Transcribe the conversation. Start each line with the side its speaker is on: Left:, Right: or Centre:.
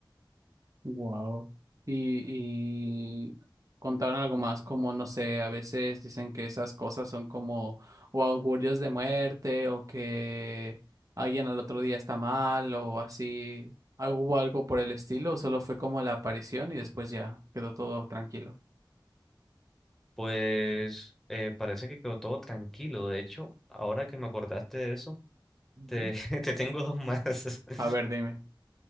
Right: Wow. Y, y contaron algo más, como no sé, a veces dicen que esas cosas son como o augurios de muerte o que alguien al otro día está mal o así. ¿Al- ¿Hubo algo por el estilo? ¿O solo fue como la aparición y después ya quedó todo tranquilo?
Centre: Pues eh, parece que quedó todo tranquilo. De hecho, ahora que me acordaste de eso,
Right: Ujú.
Centre: te, <laughs> te tengo dos más. <laughs>
Right: A ver, dime.